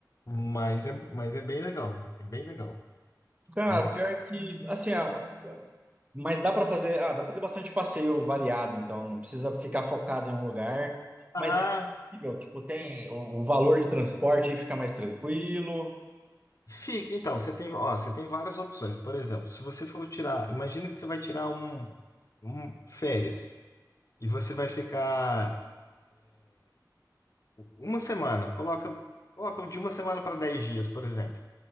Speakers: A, on the left; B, on the right.
A: Mas é, mas é bem legal, é bem legal.
B: Cara,
A: É uma opção.
B: pior que, assim, a- Mas dá para fazer, ah, dá para fazer bastante passeio variado, então não precisa ficar focado em um lugar.
A: Ah,
B: Mas é possível, tipo, tem o, o valor de transporte aí fica mais tranquilo.
A: fica, então, você tem, ó, você tem várias opções. Por exemplo, se você for tirar, imagina que você vai tirar um, um férias e você vai ficar uma semana, coloca, coloca de uma semana para dez dias, por exemplo.